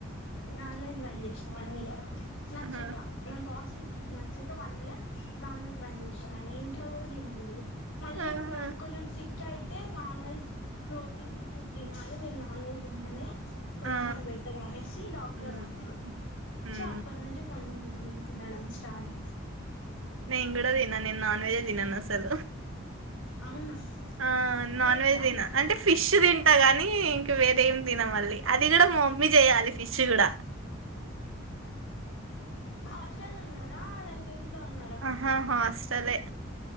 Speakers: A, on the left (about 65°); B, on the right (about 75°).
A: నాన్ వెజ్ బంద్ జేసిన వన్ ఇయరు నచ్చక
B: ఆహా
A: నం కాసలు ఫుడ్ నచ్చక వన్ ఇయర్ నాన్ వెజ్ బంద్ చేసినా ఇంట్లో గూడా తిన్లేదు మళ్ళీ
B: ఆహా!
A: నాక్కొంచం సి కయితే నాన్ వెజ్ ప్రోటీన్ ఫుడ్ దినాలి మీరు నాన్ వెజ్ తింటమే కొంచం
B: ఆ
A: బెటరనే చి డాక్టర్
B: హ్మ్
A: అన్నాడు
B: హ్మ్
A: చ ప్పన్నుంచి వనం మనం తినడం స్టార్ట్
B: నెన్గూడ నేను నాన్ వెజ్ దినను అసలు
A: అవునా
B: ఆ నాన్
A: వెజ్జా
B: వెజ్ దినా అంటే ఫిష్ తింటా గాని వేరే ఏం దినా మళ్ళీ అది గూడా మా మమ్మీ జేయాలి పిష్ గూడా
A: హాస్టల్ ఉన్నారా లైక్ ఉన్నారా
B: ఆహా హాస్టలే